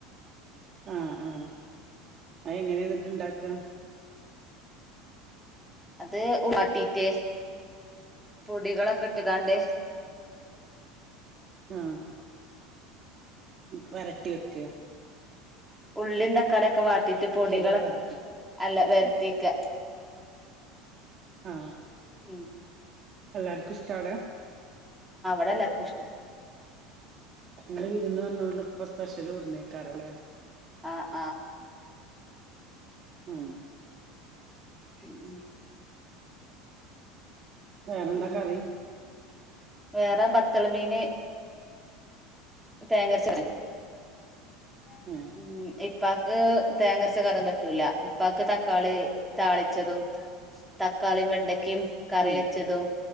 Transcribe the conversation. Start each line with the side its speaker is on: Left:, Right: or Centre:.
Right: ആ ആ അ എങ്ങനെയാന്നിട്ടുണ്ടാക്വ
Centre: അത് ഉള്ളി വാട്ടിട്ടേ പൊടികളൊക്കെ ഇട്ടുകാണ്ടേ
Right: ആ വരട്ടിയൊക്കെയൊ?
Centre: ഉള്ളിന്താ? തലയൊക്കെ വാട്ടീട്ട് പൊടികള്,
Right: അതോ വരട്ടി
Centre: അല്ല, വർത്തിക്ക.
Right: ആ
Centre: ഉം
Right: എല്ലാർക്കും ഇഷ്ടവിടെ?
Centre: വിടെ എല്ലാർക്കും ഇഷ്ടാ.
Right: ങ്ങള് വിരുന്ന് വന്നൊണ്ട് ഇപ്പ സ്പെഷ്യല് കൊടുന്നേക്കാറല്ലേ?
Centre: ആ ആ
Right: ആ
Centre: ഉം ഉം
Right: വേറെന്താ
Centre: ഉ
Right: കറി
Centre: വേറെ ബത്തള് മീന്. തേങ്ങയരച്ചതാ? <inaudible>
Right: ഏഹ്
Centre: ഉപ്പാക് തേങ്ങരച്ച കറിയൊന്നും പറ്റൂല ഉപ്പാക്ക് തക്കാളി താളിച്ചതും തക്കാളിയും വെണ്ടക്കയും കറി
Right: ഉം
Centre: വെച്ചതും